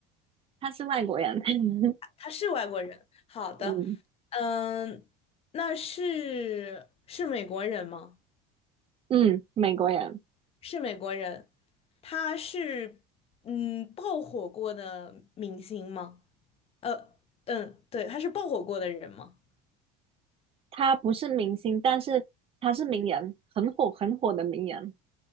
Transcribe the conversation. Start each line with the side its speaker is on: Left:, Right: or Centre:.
Right: 他是外国人。<laughs>
Left: 他是外国人。好的，
Right: 嗯
Left: 嗯，那是是美国人吗？
Right: 嗯，美国人。
Left: 是美国人。他是嗯爆火过的明星吗？呃，嗯，对，他是爆火过的人吗？
Right: 他不是明星，但是他是名人，很火很火的名人。